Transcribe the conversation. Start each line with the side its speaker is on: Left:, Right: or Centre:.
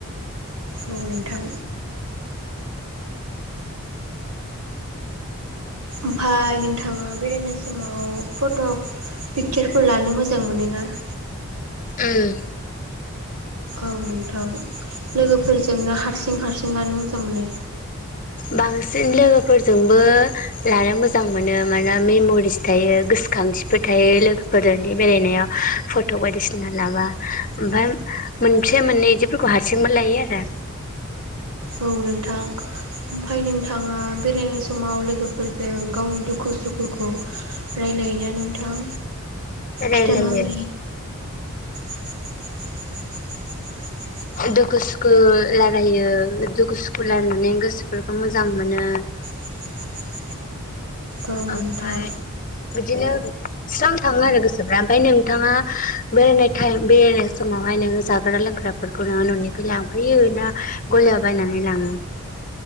Right: औ नोंथां ओमफाय नोंथाङा बेरायनाय समाव फट' पिकसारफोर लानो मोजां मोनोना <inaudible>
Left: ओम
Right: औ नोंथां लोगोफोरजोंनो हारसिं हारसिं लानो मोजां मोनो
Left: बांसिन लोगोफोरजोंबो लानो मोजां मोनो मानोना मेमरिस थायो गोसोखां थिफोर थायो लोगोफोरजों इदि बेरायनाया फट' बायदिसिना लाबा ओमफाय मोनसे मोननै बिदिफोरखौ हारसिंबो लायो आरो
Right: औ नोंथां ओमफाय नोंथाङा बेरायनाय समाव लोगोफोरजों गावनि दुखु सुखुखौ राय लायो ना नोंथां
Left: रायलायो
Right: खिथाना <unintelligible> <inaudible>
Left: दुखु सुखु रायलायो दुखु सुखु रायलायनानै गोसोफोरखौ मोजां मोनो
Right: <inaudible> औ नोंथां
Left: ओमफाय बिदिनो स्रां थाङो आरो गोसोफ्रा ओमफ्राय नोंथाङा बे मेथाइ बेरायनाय समावहाय नों नोङो जाग्रा लोंग्राफोरखौ नोङो न'निफ्राय लांफैयो ना गलायाव बायनानै लाङो